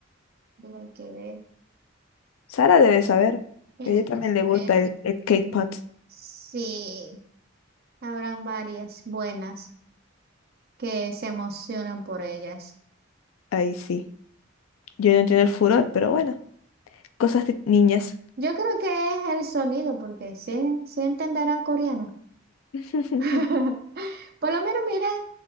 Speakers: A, on the right; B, on the left.
A: Tiene que ver.
B: Sara debe saber.
A: Tiene
B: A ella también
A: que saber.
B: le gusta el, el K-pop.
A: Sí, habrán varias buenas que se emocionan por ellas.
B: Ahí sí. Yo no entiendo el furor, pero bueno. Cosas de niñas.
A: Yo creo que es el sonido, porque sí, sí entenderán coreano.
B: <laughs>
A: <laughs> Por lo menos, mira.